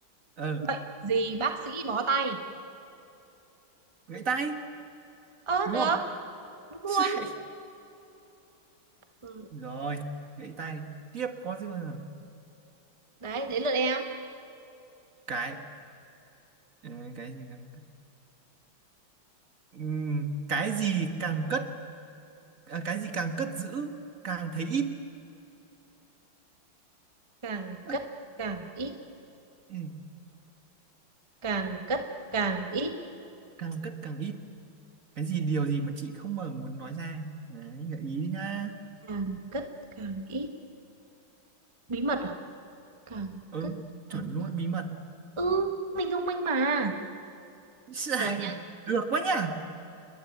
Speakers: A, on the right; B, on the right.
A: ờ
B: bệnh gì bác sĩ bó tay
A: gãy tay
B: ơ
A: đúng
B: được
A: không <laughs>
B: đúng luôn
A: sai
B: ừ.
A: rồi gãy tay tiếp có gì nữa nào?
B: đấy đến lượt em
A: cái ờ, cái gì càng Ừm, cái gì càng cất à, cái gì càng cất giữ càng thấy ít
B: càng
A: Ơ,
B: cất càng ít
A: ừ,
B: càng cất càng ít
A: càng cất càng ít cái gì điều gì mà chị không mà muốn nói ra đấy gợi ý đi nha
B: càng cất càng ít bí mật à càng
A: ừ
B: cất
A: chuẩn
B: càng
A: luôn
B: ít
A: bí mật
B: ừ mình thông minh mà
A: <laughs> sai
B: giờ nhá
A: được quá nhỉ